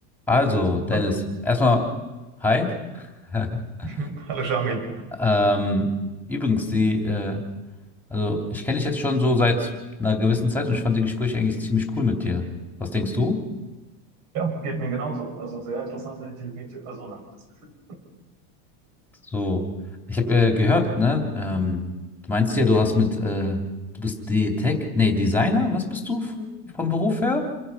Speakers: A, in the centre; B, on the right.
A: Also, Dennis,
B: Hallo,
A: erstmal, hi. <laughs>
B: <laughs> hallo Shamil.
A: Ähm, übrigens, die, äh, also ich kenne dich jetzt schon so seit einer gewissen Zeit und ich fand die Gespräche eigentlich ziemlich cool mit dir. Was denkst du?
B: Ja, geht mir genauso. Also sehr interessante, intelligente Person habe ich das Gefühl.
A: So, ich habe äh, gehört, ne? Ähm, du meinst ja, du hast mit, äh, du bist die Tech, nee, Designer, was bist du f- vom Beruf her?